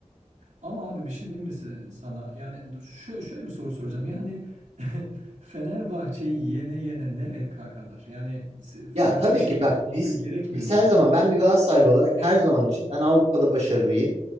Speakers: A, on the right; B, on the right.
A: Ama abi bir şey diyeyim mi se- sana? Yani şö- şöyle bir soru soracağım. Yani <laughs> Fenerbahçe'yi yene yene nereye kadar? Yani s- farklı
B: Ya tabii
A: bir şey
B: ki bak
A: yapması
B: biz
A: gerekmiyor
B: biz her
A: mu?
B: zaman ben bir Galatasaraylı olarak her zaman için ben Avrupa'da başarıyı,